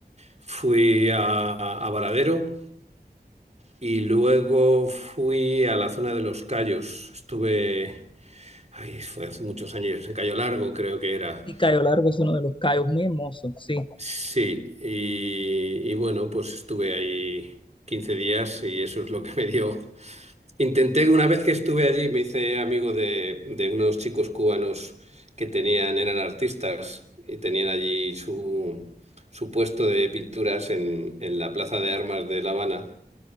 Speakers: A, on the right; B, on the left.
A: fui a, a Varadero y luego fui a la zona de Los Cayos. Estuve Ay, fue hace muchos años, en Cayo Largo creo que era.
B: Sí, Cayo Largo es uno de los cayos muy hermosos, sí.
A: Sí, y, y bueno, pues estuve ahí 15 días y eso es lo que me dio. Intenté, una vez que estuve allí, me hice amigo de, de unos chicos cubanos que tenían, eran artistas y tenían allí su, su puesto de pinturas en, en la Plaza de Armas de La Habana.